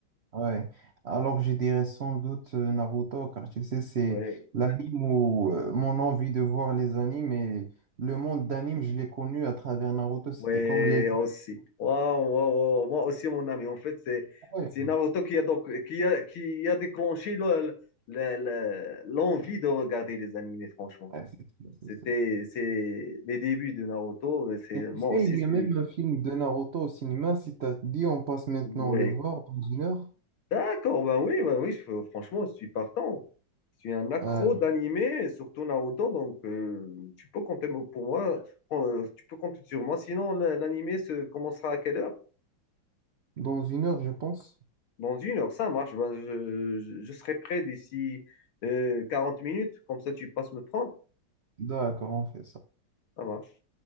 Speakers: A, on the right; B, on the left.
A: Ouais. Alors je dirais sans doute euh, Naruto, car tu sais, c'est
B: Ouais,
A: Mhm. l'anime où euh, mon envie de voir les animes et le monde d'anime, je l'ai connu à travers Naruto. C'était
B: ouais,
A: comme les...
B: aussi. Waouh, waouh, waouh. Moi aussi, mon ami. En fait, c'est
A: Ouais,
B: c'est Naruto qui a donc qui a qui a déclenché le- le- le- l'envie de regarder les animés. Franchement,
A: ouais, c'est ça,
B: c'était
A: c'est ça.
B: c'est les débuts de Naruto. C'est
A: Et tu
B: moi
A: sais,
B: aussi,
A: il y
B: c'est
A: a même un film de Naruto au cinéma. Si t'as dit, on passe maintenant
B: ouais.
A: le voir dans une heure.
B: D'accord, ben oui, ben oui, je- franchement, je suis partant. Je suis un accro
A: Euh,
B: d'animé, et surtout Naruto, donc euh, tu peux compter mo- pour moi, euh, tu peux compter sur moi. Sinon, la- l'animé se commencera à quelle heure?
A: dans une heure, je pense.
B: Dans une heure, ça marche. Ben, je, je- je serai prêt d'ici euh, 40 minutes, comme ça tu passes me prendre.
A: D'accord, on fait ça.
B: Ça marche.